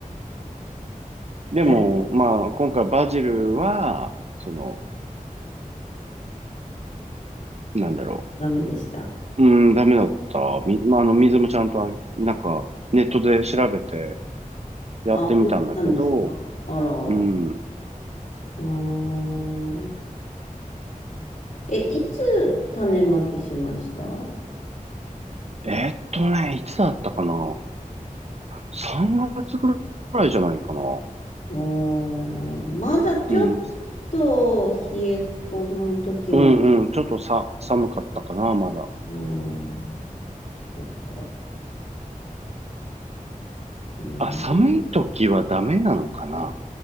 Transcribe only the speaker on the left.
だ、
ダメでした。
あ、あげたんですかあら。う
ーん。え、いつ種まきしました
おー、まだちょっ
と冷え込む時も
もう、そっか。まあね。
<laughs> ん